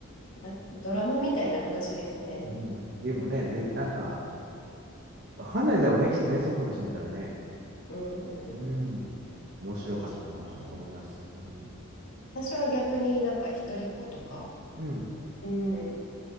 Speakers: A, on the left (about 70°); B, on the right (about 50°).
A: あ、ドラマみたいな話ですね。
B: う。うん。でもね、ぜ、なんか、わかんないだろうね、きっとね、外の人見たらね。
A: うん。
B: うん。面白かったなと思います。
A: でしょうね。
B: うん。
A: 私は逆になんか一人っ子とか、
B: うん。
A: うん。